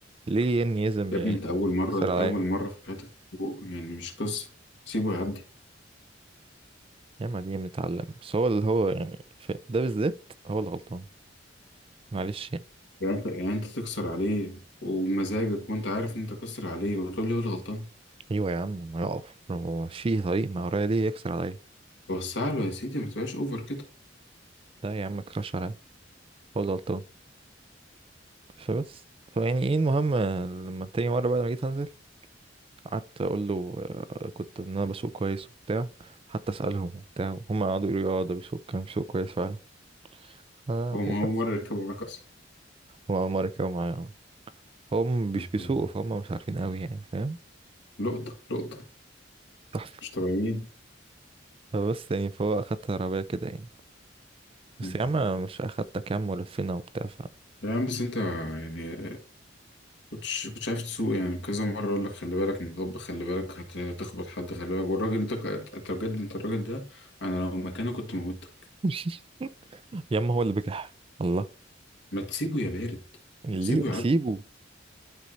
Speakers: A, on the right; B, on the left.
A: ليه يعني يزم
B: يا
A: يعني
B: ابني انت اول مرة
A: يكسر عليا
B: اول مرة في حياتك تسوق يعني مش قصة سيبه يعدي
A: يا عم دي بنتعلم بس هو اللي هو يعني في ده بالذات هو اللي غلطان معلش يعني
B: يعني انت يعني انت تكسر عليه ومزاجك وانت عارف ان انت كسر عليه وتقول لي هو اللي غلطان
A: ايوه يا عم ما يقف ما هو ماشي طريق ما ورايا ليه يكسر عليا
B: وسع له يا سيدي ما تبقاش اوفر كده
A: لا يا عم ما يكسرش عليا هو اللي غلطان فبس فيعني ايه المهم لما تاني مرة بعد ما جيت هنزل قعدت اقول له آه، كنت ان انا بسوق كويس وبتاع حتى اسالهم وبتاع هم قعدوا يقولوا لي اه ده بيسوق كان بيسوق كويس فعلا ف
B: هو ما
A: وبس
B: هو مرة يركبه معاك
A: هم اول مره يركبوا معايا آه. هم مش
B: اصلا
A: بيسوقوا فهم مش عارفين قوي يعني فاهم
B: لقطة لقطة
A: تحفه
B: مش طبيعيين
A: فبس يعني فهو اخدت العربيه كده يعني بس
B: مم.
A: يا عم مش اخدتك يا عم ولفينا وبتاع ف
B: يا عم بس انت يعني كنتش كنتش عارف تسوق يعني كذا مرة اقول لك خلي بالك من الغب خلي بالك هت- هتخبط حد خلي بالك والراجل ده ك- انت بجد انت الراجل ده انا لو مكانه كنت موتك
A: <laughs> يا عم هو اللي بجح الله
B: ما تسيبه يا بارد
A: ليه
B: سيبه يعدي
A: اسيبه